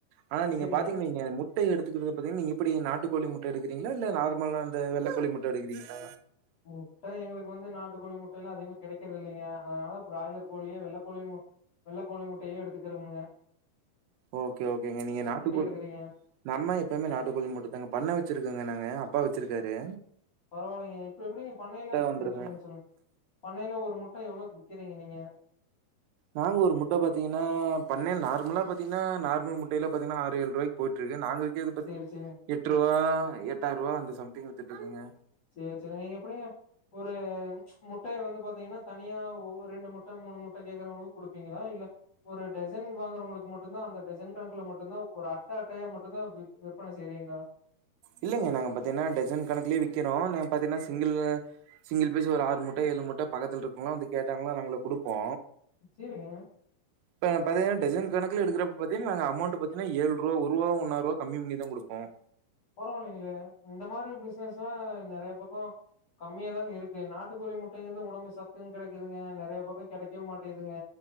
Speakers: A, on the right; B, on the left.
A: ஆனா நீங்க
B: சேரிங்க
A: பாத்தீங்கன்வைங்க முட்டை எடுத்துக்குறத பத்தீங் நீங்க எப்படி நாட் நாட்டுக்கோழி முட்ட எடுக்குறீங்களா இல்ல நார்மலா இந்த வெள்ளக்கோழி முட்ட எடுக்குறீங்களா
B: முட்ட எங்ளுக்கு வந்து நாட் நாட்டுகோழி முட்டைலா அதிகமா கெடைக்கிறது இல்லைங்க அதனால பிராய்லர் கோழியே வெள்ளக்கோழி மு வெள்ளக்க கோழி முட்டைய எடுத்துக்குறம்புங்க
A: ஓகே ஓகேங்க நீங்க நாட்டுக்கோழ்
B: எடுக்குறீங்க
A: நம்ம எப்பேமே நாட்டுக்கோழி மட்டும் தாங்க பண்ண வச்சிருக்கோங்க நாங்க அப்பா வெச்சிர்க்காரு
B: பரவாயில்லைங்க இப்ப எப்டிங்க பண்ணையில
A: வந்துருங்க
B: ஆ சொல்லுங்க சொல்லுங்க பண்ணையில ஒரு முட்ட எவ்ளோக்கு விப் க்கிறீங்க நீங்க
A: நாங்க ஒரு முட்ட பாத்தீங்கனா பன்னெய்ல நார்மலா பாத்தீங்கனா நார்மல் முட்டையில பாத்தீங்கனா ஆறு ஏழு ரூவாய்க்கு போயிட்ருக்கு நாங்க விக்கேது பத்தீங்னா
B: சேரி சேரிங்க
A: எட்ரூவா எட்டாயிர்ரூவா அந்த சம்திங் வித்துட்டுறுக்கூங்க
B: சேரி சேரி நீங்க எப்டிங்க ஒரு முட்டைய வந்து பாத்தீங்கனா தனியா ஒ ஒரு ரெண்டு முட்ட மூணு முட்ட கேக்குறவங்ளுக் குடுப்பீங்களா இல்ல ஒரு டசன் வாங்குறவங்களுக் கு மட்டுந்தா அந்த டசன் கணக்குல மட்டுந்தா ஒரு அட்ட அட்டையா மட்டுந்தா விப் விப்பனை செய்றீங்ளா
A: இல்லங்க நாங்க பாத்தீங்கனா டசன் கணக்குலே விக்கிறோ நாங் பாத்தீங்கனா சிங்கிள் சிங்கிள் பீஸ் ஒரு ஆறு முட்ட ஏழு முட்ட பக்கத்துல இருக்கவங்கலா வந்து கேட்டாங்ளா நாங்க குடுப்போ
B: சேரிங்க
A: இப்ப பாத்தீங்கன்ன டசன் கணக்குல எடுக்கறப்ப பாத்தீங்கா நாங்க அமௌண்ட் பாத்தங்கன்னா ஏழு ரூபா ஒர்வா ஒன்னா ரூவா கம்மி பண்ணிதா கொப்போ
B: பரவல்லங்களே இந்த மாரி பிசினஸ்லா நெறைய பக்க கம்மியாதாங்க இருக்கு நாட்டு கோழி முட்டைங்கிறது ஒடம்புக்கு சத்து கெடைக்குதுங்க நெறைய பக்க கெடைக்கவே மாட்டேதுங்க